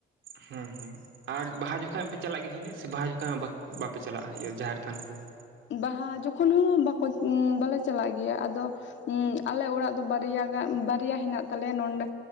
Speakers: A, on the right; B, on the left.
A: ᱦᱩᱸ ᱦᱩᱸ ᱟᱨ ᱵᱟᱦᱟ ᱡᱚᱠᱷᱚᱡ ᱯᱮ ᱪᱟᱞᱟᱜ ᱜᱮ ᱡᱟᱹᱱᱤᱡ ᱥᱮ, ᱵᱟᱦᱟ ᱡᱚᱠᱷᱚᱡ ᱵᱟᱯᱮ ᱪᱟᱞᱟᱜᱼᱟ ᱤᱭᱟᱹ ᱡᱟᱦᱮᱨ ᱛᱷᱟᱱ ᱠᱚᱨᱮ ᱫᱚ?
B: ᱵᱟᱦᱟ ᱡᱚᱠᱷᱚᱱ ᱦᱚᱸ ᱵᱟᱠᱚ ᱵᱟᱞᱮ ᱪᱟᱞᱟᱜ ᱜᱮᱭᱟ ᱟᱫᱚ᱾ ᱟᱞᱮ ᱚᱲᱟᱜ ᱫᱚ ᱵᱟᱨᱭᱟ ᱜᱟ ᱵᱟᱨᱭᱟ ᱦᱮᱱᱟᱜ ᱛᱟᱞᱮᱭᱟ ᱱᱚᱰᱮ᱾